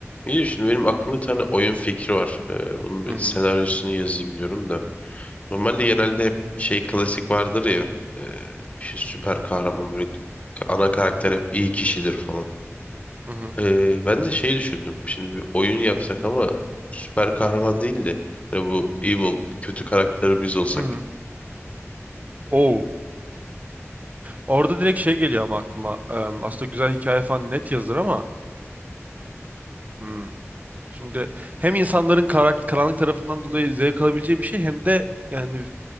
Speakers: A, on the left (about 30°); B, on the right (about 35°).
A: İyi şimdi benim aklımda bir tane oyun fikri var. Ee, bunun bir
B: Hı hı.
A: senaryosunu yazayım diyorum da. Normalde genelde hep şey klasik vardır ya. E, işte süper kahraman böyle ana karakter
B: Hı hı.
A: hep iyi kişidir falan.
B: Hı hı.
A: Ee, ben de şey düşündüm. Şimdi bir oyun yapsak ama süper kahraman değil de hani bu evil kötü karakteri biz olsak.
B: Hı hı. Oo. Orada direkt şey geliyor ama aklıma. Em, aslında güzel hikaye falan net yazılır ama hmm. Şimdi hem insanların karak- karanlık tarafından dolayı zevk alabileceği bir şey hem de yani